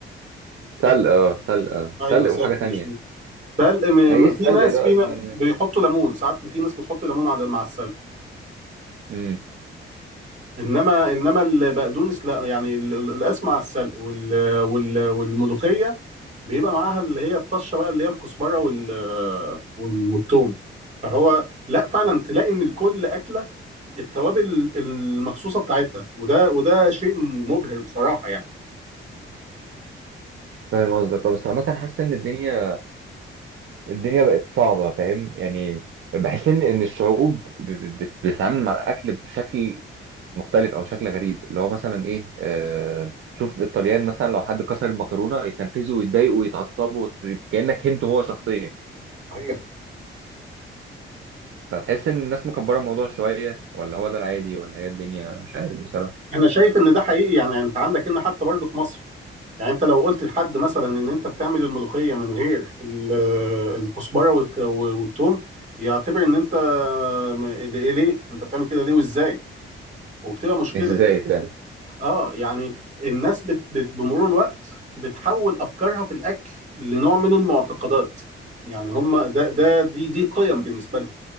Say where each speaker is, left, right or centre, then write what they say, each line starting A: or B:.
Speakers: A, on the right; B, on the right.
A: سلق اه سلق آه.
B: ايوه
A: سلق
B: سلق
A: وحاجه تانية
B: مش سلق م-
A: يعني ايه
B: م-
A: السلق
B: في ناس
A: ده
B: في
A: اصلا
B: ن- بيحطوا
A: يعني؟
B: ليمون ساعات في ناس بتحط ليمون على مع السلق
A: امم
B: انما انما البقدونس لا يعني ال- القلقاس مع السلق وال- وال- والملوخيه بيبقى معاها اللي هي الطشه بقى اللي هي الكزبره وال وال- والثوم فهو لا فعلا تلاقي ان الكل اكله التوابل المخصوصه بتاعتها وده وده شيء مبهر بصراحه يعني
A: فاهم قصدك بس عامه حاسس ان الدنيا الدنيا بقت صعبه فاهم يعني بحس ان ان الشعوب ب- ب- بت- بتتعامل مع الاكل بشكل مختلف او شكل غريب اللي هو مثلا ايه آه شوف الطليان مثلا لو حد كسر المكرونه يتنرفزوا ويتضايقوا ويتعصبوا كانك هنت هو شخصيا
B: صحيح
A: فتحس ان الناس مكبره الموضوع شويه ولا هو ده العادي ولا هي الدنيا مش عارف بصراحه
B: انا شايف ان ده حقيقي يعني انت عندك هنا حتى برضه في مصر يعني انت لو قلت لحد مثلا ان انت بتعمل الملوخيه من غير ال- الكزبره والك- والثوم يعتبر ان انت م- ليه ليه انت بتعمل كده ليه وازاي وبتبقى مشكله
A: ازاي فعلا
B: اه يعني الناس بت... بت... بمرور الوقت بتحول افكارها في الاكل لنوع من المعتقدات يعني هم ده ده دي دي قيم بالنسبه لهم